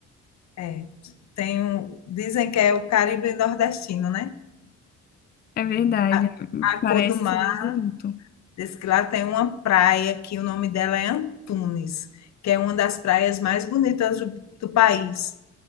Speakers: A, on the left; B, on the left.
A: É, tem um, dizem que é o Caribe nordestino, né?
B: É verdade,
A: A,
B: é-
A: a
B: parece
A: cor do mar,
B: ser bem bonito.
A: diz que lá tem uma praia que o nome dela é Antunes, que é uma das praias mais bonitas do, do país.